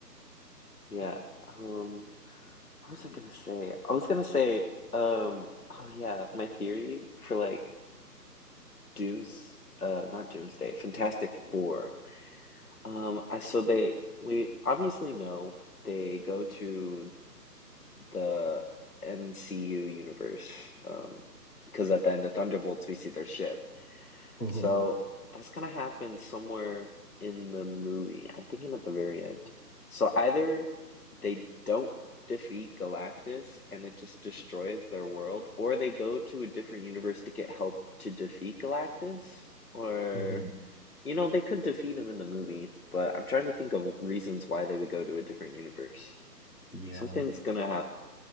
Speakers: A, on the left (about 60°); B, on the left (about 85°).
A: Yeah. Um. What was I gonna say? I was gonna say, um, oh yeah, my theory for like Dooms, uh, not Doomsday, Fantastic Four. Um, I so they we obviously know they go to the MCU universe, um, because at the end of Thunderbolts we see their ship.
B: hmm
A: So that's gonna happen somewhere in the movie. I'm thinking at the very end. So either they don't defeat Galactus and it just destroys their world, or they go to a different universe to get help to defeat Galactus, or
B: hmm
A: you know, they could defeat him in the movie, but I'm trying to think of reasons why they would go to a different universe.
B: Yeah,
A: Something's gonna ha